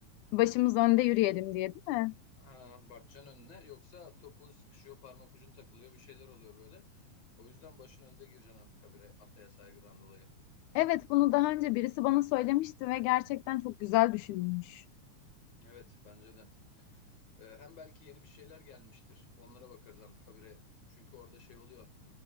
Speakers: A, on the left (about 75°); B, on the left (about 50°).
A: Başımız önde yürüyelim diye değil mi?
B: Ha, bakacaksın önüne. Yoksa topun sıkışıyor, parmak ucun takılıyor, bir şeyler oluyor böyle. O yüzden başın önde gireceksin artık habire ataya saygıdan dolayı.
A: Evet bunu daha önce birisi bana söylemişti ve gerçekten çok güzel düşünülmüş.
B: Evet, bence de. Ee, hem belki yeni bir şeyler gelmiştir. Onlara bakarız antikabire. Çünkü orada şey oluyor.